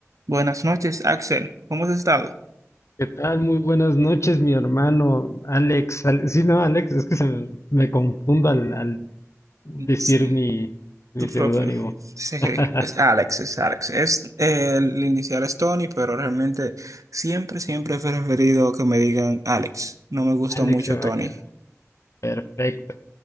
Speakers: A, on the right; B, on the left.
A: Buenas noches, Axel. ¿Cómo has estado?
B: ¿Qué tal? Muy buenas noches, mi hermano Alex. Ale- sí, no, Alex, es que se me, me confundo al, al decir
A: Sí,
B: mi, mi
A: tu propio.
B: seudónimo.
A: Sí,
B: <laughs>
A: es Alex, es Alex. Es, eh, el inicial es Tony, pero realmente siempre, siempre he preferido que me digan Alex. No me gusta
B: Alex
A: mucho
B: se va
A: Tony.
B: a quedar. Perfecto.